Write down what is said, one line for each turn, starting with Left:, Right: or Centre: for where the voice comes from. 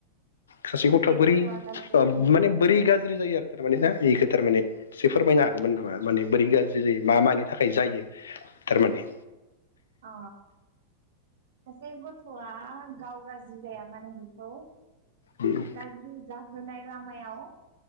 Left: सासे गथ' बोरै
Right: गथ'आ गाज्रि
Left: ओ
Right: जानाया
Left: माने बोरै गाज्रि गाज्रि जायो आरो थारमाने ना बेखौ थारमाने एसे फोरमायनो हागौमोन नामा? माने बोरै गाज्रि जायो। मा मानि थाखाय जायो थारमाने
Right: अ सासे गथ'आ गाव गाज्रि जाया मानो बेखौ
Left: उम
Right: गाज जा होनाय लामायाव